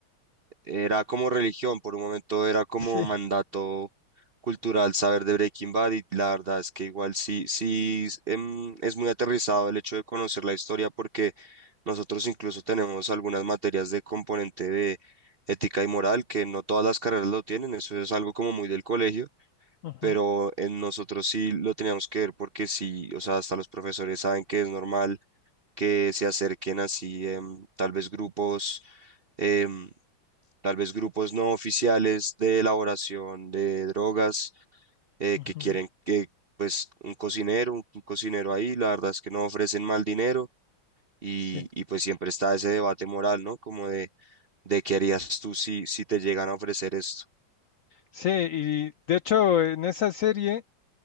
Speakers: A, on the right (about 60°); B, on the left (about 80°).
A: Era como religión, por un momento era como
B: Sí.
A: mandato cultural saber de Breaking Bad y la verdad es que igual sí, sí em, es muy aterrizado el hecho de conocer la historia porque nosotros incluso tenemos algunas materias de componente de ética y moral que no todas las carreras lo tienen, eso es algo como muy del colegio,
B: ujú,
A: pero en nosotros sí lo teníamos que ver porque sí, o sea, hasta los profesores saben que es normal que se acerquen así em, tal vez grupos. em, tal vez grupos no oficiales de elaboración de drogas eh,
B: ujú.
A: que quieren que pues un cocinero, un, un cocinero ahí, la verdad es que no ofrecen mal dinero y,
B: Sí.
A: y pues siempre está ese debate moral, ¿no? Como de, de qué harías tú si, si te llegan a ofrecer esto.
B: Sí, y de hecho en esa serie